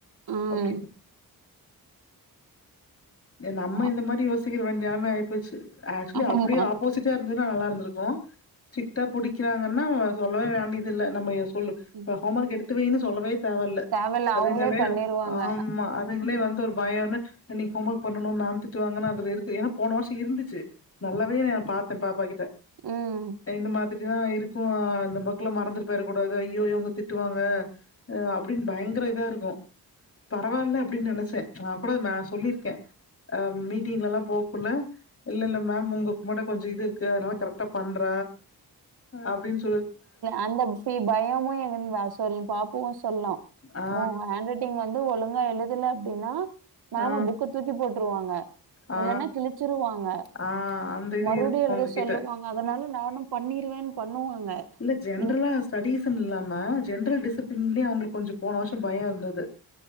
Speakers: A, on the right; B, on the left.
A: ம்
B: அப்டின்னு நம்ம
A: ஆ
B: இந்த மாரி யோசிக்கிற நெலம ஆகி போச்சு ஆக்சுலி
A: ஆமா.
B: அப்டியே ப்போசிட்டா இருந்துதுன்னா நல்லா இருந்திருக்கு ஸ்ட்ரிக்டா புடிக்காங்கன்னா சொல்லவே வேண்டியதுல்ல நம்ம சொல்ல
A: ம்.
B: இப்ப ஹோம் ஒர்க் எடுத்துவைன்னு சொல்லவே தேவல்ல
A: தேவையில்ல
B: அதுங்களே
A: அவங்களே பண்ணிருவாங்க.
B: ஆமா அது ங்களே வந்து ஒரு பயம் என்ன இன்னைக்கு ஹோம்ர்க் பண்ணனு மேம் திட்டு வாங்கன்னா அது இருக்கு ஏன்னா போன வருஷோ இருந்துச்சு நல்லாவே ந பாத்தே பாப்பா கிட்ட
A: ம்.
B: இந்த மாதிரி இதுதா இருக்கு அ இந்த புக்கல மறந்துட்டு போய்ர கூடாது ஐயோ இவங்க திட்டுவாங்க அப்டின்னு பயங்கர இதா இருக்கோ பரவாயில்ல அப்டின்னு நெனைச்சேன் நா கூட நா சொல்லியிருக்கே. அ மீட்டிங்ல எல்லா போக்குள்ள இல்ல இல்ல மேம் உங்க உமாட்ட கொஞ்சோ இது இருக்கு அதனால கரெக்டா பண்ற அப்டின்னு
A: அந்த பயமு சொ பாப்பு சொல்லு
B: ஆ,
A: ஊண் ஹன்ரெட் டிங் வந்து ஒழுங்கா எழுதுல அப்டின்னா மேம
B: ஆ,
A: புக்க தூக்கி போட்டுருவாங்க
B: ஆ,
A: இல்ன்னா கிழிச்சிருவாங்க
B: ஆ இது
A: மறுபடியு
B: இருக்கு
A: எழுத
B: உங்ககிட்ட.
A: சொல்லுவாங்க அதனால நானு பண்ணிருவேன்னு பண்ணுவாங்க
B: இல்ல ஜென்ரலா
A: இன்
B: ஸ்டடீஸ்ன்னனு இல்லாம ஜென்ரல் டிசிப்ளின்லேயே அவங்களுக்கு கொஞ்சோ போன வருஷோ பயோ இருந்தது